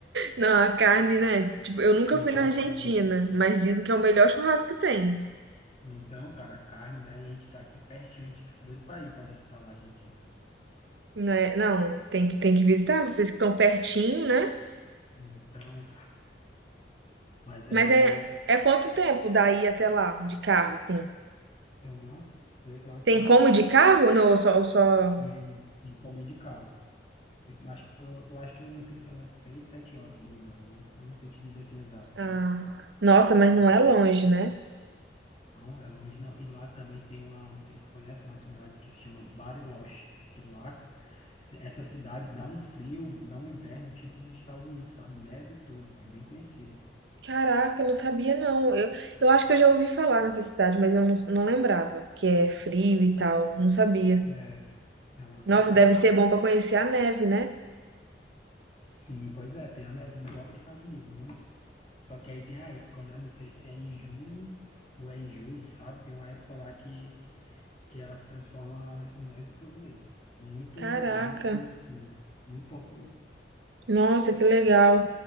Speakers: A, on the right; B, on the left.
A: Não, a carne, né? Tipo, eu nunca
B: churrasco,
A: fui na Argentina,
B: né, a gente,
A: mas dizem que é o melhor churrasco que tem.
B: então, cara, carne, né, e a gente tá aqui pertinho, a gente tá doido pra ir pra visitar lá a Argentina.
A: Né? Não, tem que, tem que visitar vocês que estão pertinho, né?
B: Então, mas é,
A: Mas é, é quanto tempo daí até lá, de carro, assim?
B: eu não sei onde
A: Tem como ir de carro? Não, ou só, ou só...
B: em, em comer de carro. Tem Acho que eu, eu acho que eu não sei se são umas seis, sete horas, se eu não me engano. Não, não sei te dizer assim exato, sabe?
A: Ah, nossa, mas não
B: Mas
A: é longe, né?
B: Não, é longe não. E lá também tem uma, não sei se tu conhece, uma cidade que se chama Bariloche, que lá essa cidade dá um frio, dá um inverno tipo dos Estados Unidos, sabe? Neve e tudo, é bem conhecido.
A: Caraca, eu não sabia, não. Eu, eu acho que eu já ouvi falar nessa cidade, mas eu não, não lembrava que é frio e tal. Não sabia.
B: É, é uma cidade.
A: Nossa, deve ser bom pra conhecer a neve, né?
B: Sim, pois é, tem a neve igual dos Estados Unidos, muito. Só que aí tem a época, né? Não sei se é em junho ou é em julho, sabe? Tem uma época lá que que ela se transforma em neve e tudo mesmo. Muito,
A: Caraca,
B: muito, muito, muito top mesmo.
A: nossa, que legal.